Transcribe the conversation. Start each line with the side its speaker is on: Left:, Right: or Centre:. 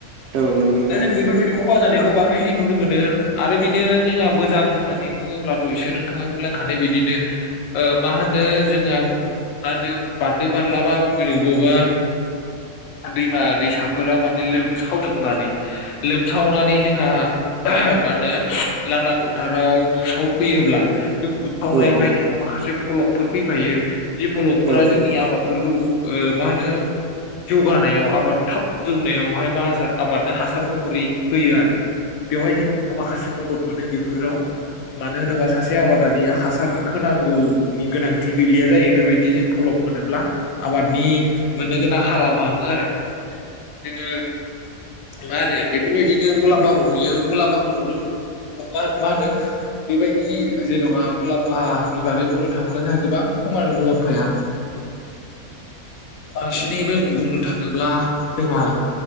Right: औ नंगौ नोंथां
Left: दा जों बेफोरबायदि खहा जानायखौ बांसिनै नुनो मोनो। आरो बिदिनो जोंहा मोजां होननानै बुङोब्ला दहायसो नोंथाङा बुंलांखानाय बिदिनो मा होनो जोंहा मा होनो बान्दो बानलाबा बबावबा दैमा दैसाफोरा माने लोमसावजोबनानै लोमसावनानै जोंहा लांदां फोथाराव बुसाव फैयोब्ला? <unintelligible> जोंहा
Right: औ औ
Left: माखासे फलं फोर फैफायो जि फलकफोरा
Right: औ औ
Left: जोंनि आबादफोरखौ। मा होनो जौगा नायाव आबाद थाब जौनायावहाय बार आबादनो हासार महरै होयो आरो बेवहाय जोंहा माखासे मदद मोनो बेफोराव मानो होनोबा सासे आबादारिया हासार होनांगौनि गोनांथि गैलिया जायो बेबायदि जों फलक मोनोब्ला। आबादनि मोननो गोनां हारा बाग आरो जोङो मा होनो बेफोरबायदिनो मुलाम्फाखौ नुयो। मुलाम्फा <unintelligible> मा होनो बेबायदि जेन'बा मुलाम्फानि बागै बुंनो थाङोब्ला जोंहा गोबां खम आरो मुलाम्फाया। बांसिनैबो बुंनो थाङोब्ला जोंहा